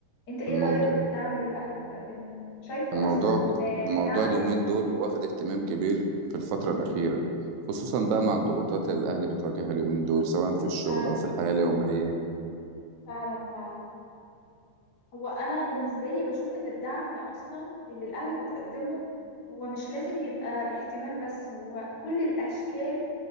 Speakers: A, on the left; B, on the right.
A: انت ايه
B: الموضوع
A: رأيك في الدعم اللي الاهل بتقدمه شايفه
B: الموضوع
A: اصلا آه،
B: الموضوع
A: دعم
B: اليومين دول واخد اهتمام كبير في الفترة الأخيرة خصوصا بقى مع الضغوطات اللي الاهل بتواجهها اليومين دول سواء في الشغل
A: فعلا
B: او في الحياة اليومية
A: فعلا فعلا هو انا بالنسبة لي بشوف ان الدعم اصلا اللي الاهل بتقدمه هو مش لازم يبقى اهتمام بس هو كل الاشكال